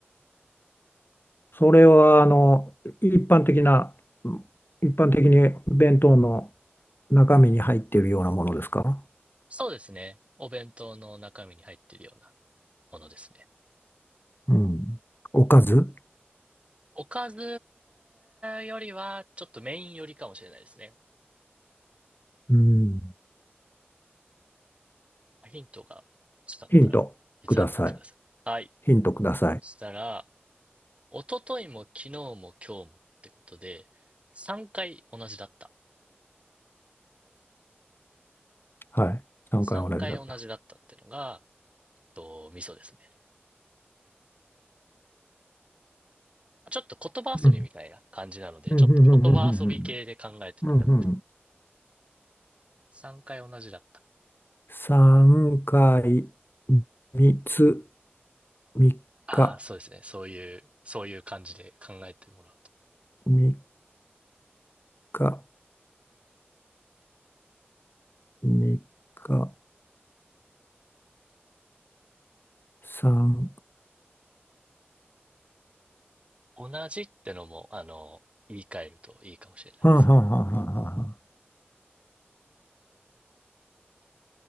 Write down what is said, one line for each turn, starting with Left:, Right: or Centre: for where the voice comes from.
Left: それはあの一般的な、一般的に弁当の中身に入っているようなものですか
Right: そうですね。お弁当の中身に入っているようなものですね。
Left: うん。おかず
Right: おかずよりは、ちょっとメインよりかもしれないですね。
Left: うん。
Right: ヒントが欲しかったらいつでも言ってください。
Left: ヒントください。
Right: はい。
Left: ヒントください。
Right: したら、一昨日も昨日も今日もってことで、3回同じだった。
Left: はい。3回同じだった。
Right: 3回同じだったってのが、と、ミソですね。ちょっと言葉遊びみたいな感じなので、
Left: うん。うん。
Right: ちょっと言葉遊び系で考えていただくと。
Left: うん。うん。うん。うん。うん
Right: 3回同じだった。
Left: 3回、3つ、3日、
Right: ああ、そうですね。そういう、そういう感じで考えてもらう
Left: 3日。2か3。
Right: と。同じってのも、あの、言い換えるといいかもしれないですね。
Left: はんはんはんはんはんは